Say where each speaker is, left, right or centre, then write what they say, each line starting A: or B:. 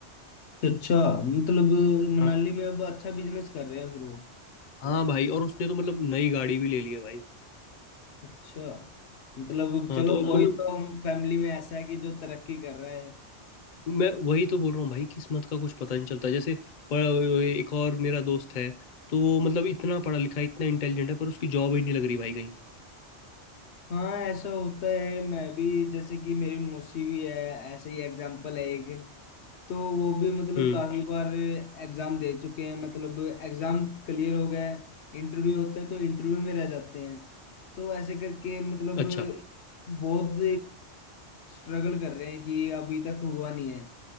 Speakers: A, on the left; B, on the left.
A: अच्छा मतलब मनाली
B: हाँ
A: में अब अच्छा बिजनेस कर रहे हैं फिर वो
B: हाँ भाई और उसने तो मतलब नई गाड़ी भी ले ली है भाई
A: अच्छा मतलब
B: हाँ
A: चलो
B: तो
A: हाँ
B: मतलब
A: कोई तो हम फैमिली में ऐसा है कि जो तरक्की कर रहा है
B: मैं वही तो बोल रहा हूँ भाई किस्मत का कुछ पता नहीं चलता जैसे पर एक और मेरा दोस्त है तो वो मतलब इतना पढ़ा लिखा है इतना इंटेलिजेंट है पर उसकी जॉब ही नहीं लग रही भाई कहीं
A: हाँ ऐसा होता है मैं भी जैसे कि मेरी मौसी भी है ऐसे ही एग्जाम्पल है एक तो वो भी मतलब
B: हम्म
A: काफी बार एग्जाम दे चुके हैं मतलब एग्जाम क्लियर हो गया इंटरव्यू होता है तो इंटरव्यू में रह जाते हैं तो ऐसे करके मतलब
B: अच्छा
A: बहुत स्ट्रगल कर रहे हैं कि अभी तक हुआ नहीं है